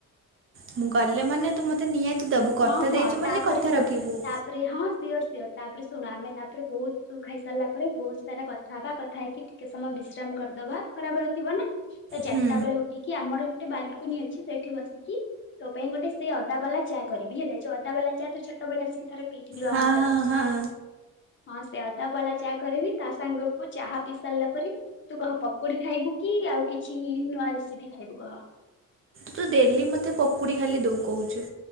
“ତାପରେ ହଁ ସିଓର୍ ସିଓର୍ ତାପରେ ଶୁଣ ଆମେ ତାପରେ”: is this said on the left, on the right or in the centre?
Left